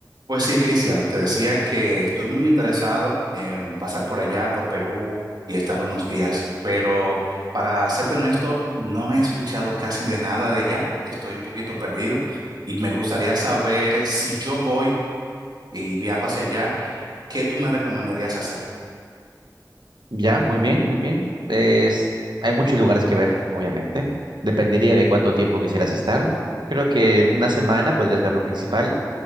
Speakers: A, on the right; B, on the right.
A: Pues sí, Cristian, te decía que estoy muy interesado en pasar por allá, por Perú y estar unos días, pero para serte honesto, no he escuchado casi de nada de allá, estoy un poquito perdido y me gustaría saber si yo voy y viajo hacia allá, ¿qué tú me recomendarías hacer?
B: Ya, muy bien, muy bien. Es, hay muchos lugares que ver, obviamente. Dependería de cuánto tiempo quisieras estar. Creo que una semana podrías ver lo principal,